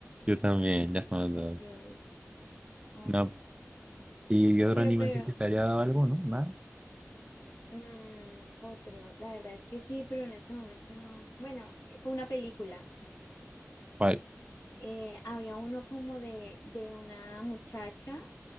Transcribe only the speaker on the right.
Yo también, ya
estamos dos.
No. ¿Y otro
anime
así que te haya dado algo, no? ¿Nada?
¿Cuál?